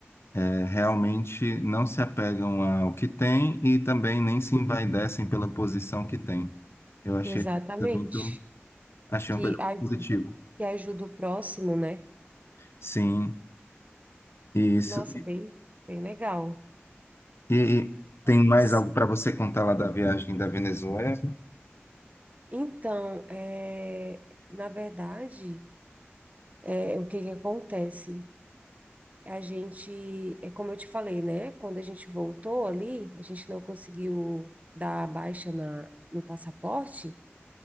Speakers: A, on the left; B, on the right.
A: é, realmente não se apegam ao que têm e também nem se envaidecem
B: Sim.
A: pela posição que têm. Eu achei
B: Exatamente.
A: isso muito, achei
B: Que
A: uma coisa muito
B: ajuda,
A: positiva.
B: que ajuda o próximo, né?
A: Sim, e isso.
B: Nossa, bem, bem legal.
A: E tem
B: Mas,
A: mais algo para você contar lá da viagem da Venezuela?
B: Então, é, na verdade, é, o que que acontece? A gente, é como eu te falei, né? Quando a gente voltou ali, a gente não conseguiu dar a baixa na, no passaporte